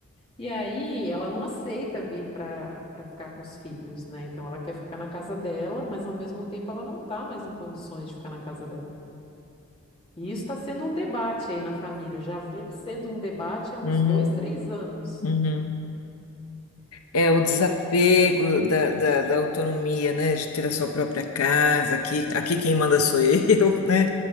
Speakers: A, on the left; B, on the left.
A: E aí ela não aceita vir para para ficar com os filhos, né? Então ela quer ficar na casa dela, mas ao mesmo tempo ela não está mais em condições de ficar na casa dela. E isso está sendo um debate aí na família, já vem sendo um debate há uns
B: uhum,
A: dois, três anos.
B: uhum. É o desapego
A: A gente,
B: da, da, da autonomia, né? De ter a sua própria casa, aqui, aqui quem manda sou <laughs> eu, né?